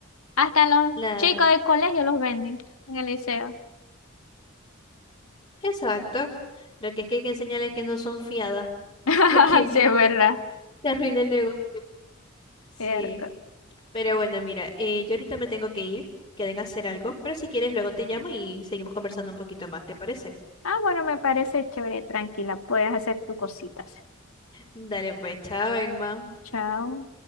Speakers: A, on the left; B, on the left.
A: hasta los
B: La,
A: chicos del colegio los venden en el liceo.
B: exacto. Lo que es que hay que enseñarles que no son fiadas, <laughs>
A: <laughs>
B: para que no
A: Sí,
B: <laughs>
A: es verdad.
B: te arruine el negocio. Sí,
A: Cierto.
B: pero bueno, mira, eh, yo ahorita me tengo que ir, que deben hacer algo, pero si quieres luego te llamo y seguimos conversando un poquito más, ¿te parece?
A: Ah, bueno, me parece chévere, tranquila. Puedes hacer tus cositas.
B: Dale pues, chao, Emma.
A: Chao.